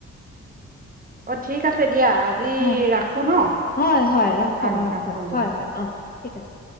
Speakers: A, on the right; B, on the left.
A: অ', ঠিক আছে। দিয়া আজি
B: অ',
A: ৰাখো ন
B: হয়, হয়। ৰাখক,
A: আহ
B: ৰাখক।
A: ৰাখো দিয়া
B: হয়, হয়। অ', ঠিক আছে।